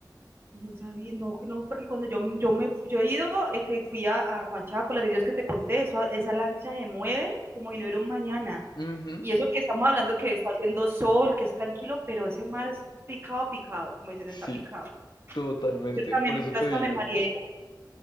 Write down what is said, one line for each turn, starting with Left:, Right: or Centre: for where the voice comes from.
Right: No sabía, no, no, porque cuando yo, yo me yo he ido, eh, que fui a, a Juan Chaco, la es que te conté, eso- esa lancha se mueve como si no hubiera un mañana.
Left: <laughs> Ujú.
Right: Y eso que estamos hablando que está haciendo sol, que es tranquilo, pero ese mar es picado, picado, como dicen,
Left: Sí,
Right: está picado.
Left: totalmente.
Right: Yo hasta
Left: Por
Right: me, yo
Left: eso te
Right: hasta
Left: digo,
Right: me mareé.